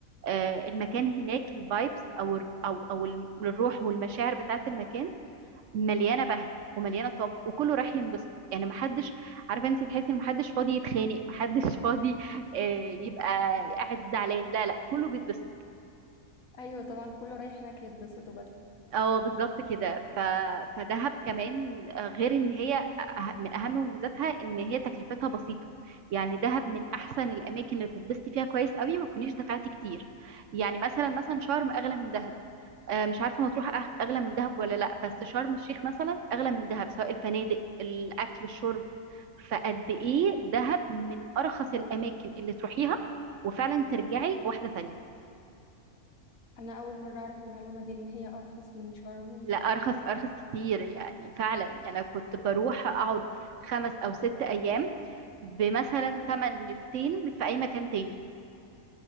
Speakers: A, on the right; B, on the left.
A: آه، المكان هناك الفايبس أو الر- أو أو الم- الروح والمشاعر بتاعت المكان مليانه بهجه ومليانه طاقه وكله رايح ينبسط يعني محدش عارفه انت تحسي ان محدش فاضي يتخانق محدش <laughs> فاضي آه، يبقى قاعد زعلان لا لا كله بيتبسط
B: ايوه طبعا كله رايح هناك يتبسطوا بس
A: اه بالظبط كده ف... فدهب كمان آه، غير ان هي أه- من اهم مميزاتها ان هي تكلفتها بسيطه يعني دهب من احسن الاماكن اللي تتبسطي فيها كويس قوي ما تكونيش دفعتي كتير يعني مثلا مثلا شرم اغلى من دهب آه، مش عارفه مطروح أغ- اغلى من دهب ولا لا بس شرم الشيخ مثلا اغلى من دهب سواء الفنادق الاكل الشرب فقد ايه دهب من ارخص الاماكن اللي تروحيها وفعلا ترجعي واحده ثانيه
B: انا اول مره اعرف المعلومه دي ان هي ارخص من شرم
A: لا ارخص ارخص كتير يعني فعلا انا كنت بروح اقعد خمس او ست ايام بمثلا تمن ليلتين في اي مكان تاني